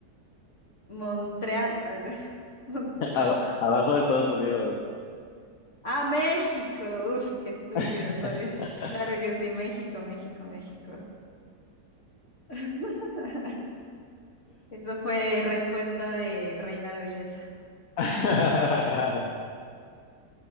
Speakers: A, on the left; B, on the left.
A: Montreal, así. <laughs> Montreal.
B: Ab- abajo de Estados Unidos.
A: Ah, México. Uf, qué estúpida
B: <laughs>
A: soy. Claro que sí, México, México, México. <laughs> Eso fue respuesta de Reina de Belleza.
B: A